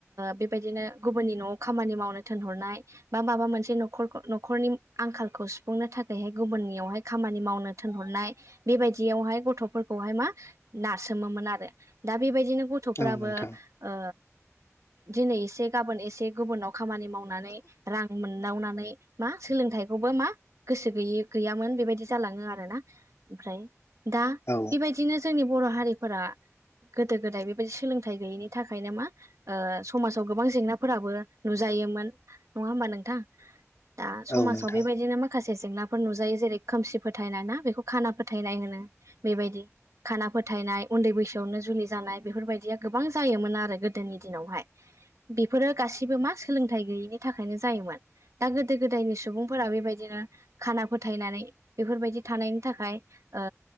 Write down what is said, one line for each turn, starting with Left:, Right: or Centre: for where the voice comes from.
Right: बेबायदिनो गुबुननि न'आव खामानि मावनो थिनहरनाय, बा माबा मोनसे न' खर न'खरनि आंखालखौ सुफुंनो थाखाय। हाय गुबुननियावहाय खामानि मावनो थोनहरनाय, बेबायदियावहाय गथ'फोरखौहाय मा नास सोमोमोन आरो। दा बेबायदि दिनो गथ'फ्राबो
Left: औ नोंथां
Right: ओ दिनै एसे गाबोन एसे गुबुनाव खामानि मावनानै रां मोनदावनानै मा सोलोंथाइखौबो मा गोसो गैयि गैयामोन बेबायदि जालाङो आरो ना। ओमफ्राय दा
Left: औ
Right: बेबायदिनो जोंनि बर' हारिफोरा गोदो गोदाय बेबायदि सोलोंथाइ गैयिनि थाखायनो मा ओ समाजाव गोबां जेंनाफोराबो नुजा जोयोमोन, नङा होम्बा नोंथां। दा समाजाव
Left: औ नोंथां
Right: बेबायदिनो मा जेंना नुजायो जेरै खोमसि फोथायनाय ना बेखौ खाना फोथाय होनो बेबायदि। खाना फो फोथायनाय उन्दै बैसोआवनो जुलि जानाय बेफोरबायदिया गोबां जायोमोन आरो गोदोनि दिनावहाय। बेफोरो गासिबो मा सोलोंथाइ गैयिनि थाखायनो जायोमोन। दा गोदो-गोदायनि सुबुंफोरा बेबायदिनो खाना फोथायनानै बेफोरबायदि थानायनि थाखाय ओ